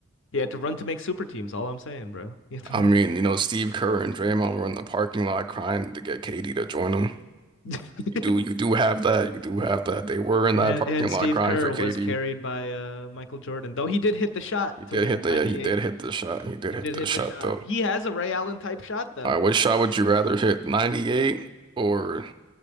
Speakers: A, on the left; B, on the right.
A: he had to run to make super teams. All I'm saying, bro, he had to
B: I
A: run.
B: mean, you know, Steve Kerr and Draymond were in the parking lot crying to get KD to join them.
A: <laughs>
B: You do you do have that. You do have that. They were in
A: And
B: that parking
A: and Steve
B: lot crying
A: Kerr
B: for
A: was
B: Katie.
A: carried by uh Michael Jordan, though he did hit the shot
B: He did
A: to win
B: hit
A: the 98.
B: the yeah, he did hit the shot. He did
A: He did
B: hit the
A: hit
B: shot
A: the shot.
B: though.
A: He has a Ray Allen type shot though.
B: All right, what shot would you rather hit? 98 or